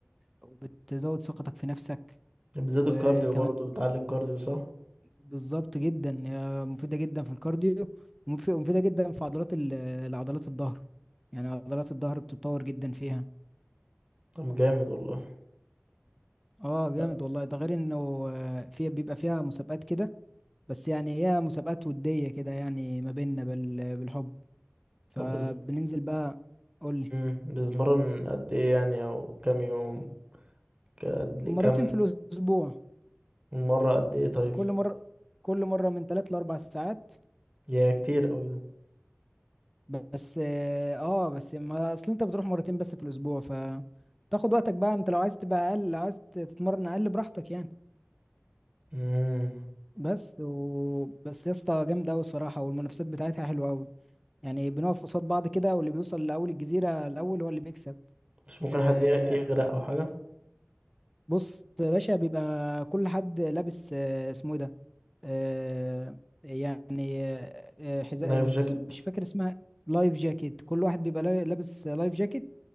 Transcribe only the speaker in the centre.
وبتزود ثقتك في نفسك
وكمان
بالظبط جدا هي مفيدة جدا في الكارديو ومف- ومفيدة جدا في عضلات ال- العضلات الظهر يعني عضلات الظهر بتتطور جدا فيها
اه جامد
والله ده غير انه آه، في بيبقى فيها مسابقات كده بس يعني هي مسابقات ودية كده يعني ما بيننا بال- بالحب فبننزل
بقى قولي
مرتين
في الأسبوع
كل مرة كل مرة من ثلاث لأربع ساعات
بس اه بس ما اصل انت بتروح مرتين بس في الاسبوع ف تاخد وقتك بقى انت لو عايز تبقى اقل لو عايز تتمرن اقل براحتك يعني
بس و... بس يا اسطى جامده قوي الصراحه والمنافسات بتاعتها حلوه قوي يعني بنقف قصاد بعض كده واللي بيوصل لاول الجزيره الاول هو اللي بيكسب
آه
بص يا باشا بيبقى كل حد لابس آه اسمه ايه ده آه يعني آه حذاء
مش فاكر اسمها لايف جاكيت كل واحد بيبقى لا- لابس لايف جاكيت